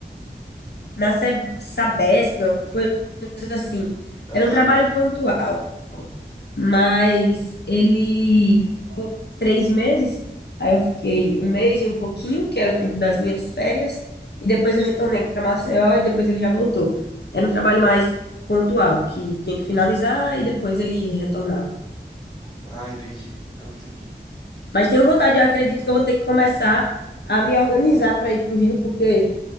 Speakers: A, on the left (about 70°); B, on the left (about 20°).
A: na Seb- Sabesp, uma coisa assim.
B: Aham.
A: Era um trabalho pontual, mas ele, três meses, aí eu fiquei um mês e um pouquinho, que era o tempo das minhas férias, e depois eu retornei aqui para Maceió e depois ele já voltou. Era um trabalho mais pontual, que tinha que finalizar e depois ele retornava.
B: Ah, entendi. Não, entendi.
A: Mas tenho vontade, eu acredito que eu vou ter que começar a me organizar para ir para o Rio, porque.